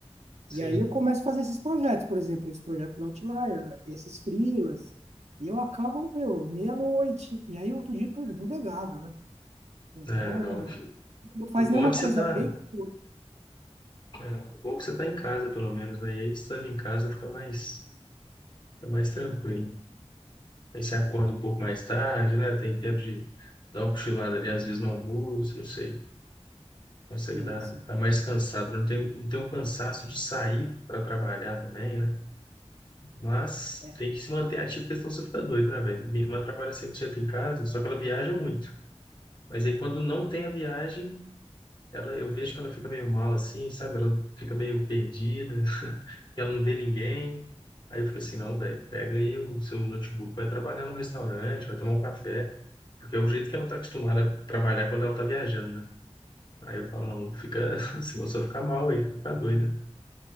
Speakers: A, on the left (about 45°); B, on the right (about 80°).
A: Sim.
B: E aí eu começo a fazer esses projetos, por exemplo, esse projeto da Outlier, esses freelas, e eu acabo, meu, meia-noite, e aí outro dia eu tô esbudegado, né? Então,
A: É, não.
B: não faz
A: O bom
B: nenhuma
A: é que
B: coisa
A: você está,
B: bem curta,
A: é, o bom é que você tá em casa, pelo menos, né? E aí, estando em casa, fica mais, fica mais
B: assim,
A: tranquilo. Aí você acorda um pouco mais tarde, né? Tem tempo de dá uma cochilada ali, às vezes no almoço, não sei. Consegue
B: assim.
A: dar,
B: assim.
A: tá mais cansado. né? Não tem, não tem o cansaço de sair para trabalhar também, né? Mas
B: É,
A: tem que se manter ativo, porque senão você fica doido, né, velho? Minha irmã trabalha 100% em casa, só que ela viaja muito. Mas aí quando não tem a viagem, ela, eu vejo que ela fica meio mal assim, sabe? Ela fica meio perdida, <laughs> que ela não vê ninguém. Aí eu fico assim, não, velho, pega aí o seu notebook, vai trabalhar num restaurante, vai tomar um café, porque é o jeito que ela tá acostumada a trabalhar quando ela tá viajando, né? Aí eu falo, não, fica, <laughs> se você ficar mal aí, vai ficar doida.